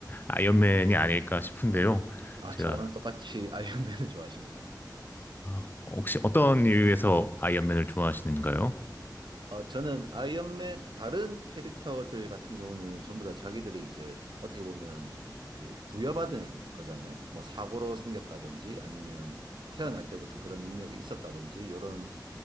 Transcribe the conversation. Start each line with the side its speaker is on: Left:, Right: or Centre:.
Left: 아이언맨이 아닐까 싶은데요.
Right: 아,
Left: 제가,
Right: 저랑 똑같이 아이언맨을 <laughs> 좋아하시는군요.
Left: 아, 혹시 어떤 이유에서 아이언맨을 좋아하시는가요?
Right: 어, 저는 아이언맨 다른 캐릭터들 같은 경우는 전부 다 자기들이 이제 어떻게 보면 그 부여받은 거잖아요. 뭐 사고로 생겼다든지 아니면 태어날 때부터 그런 능력이 있었다든지 이런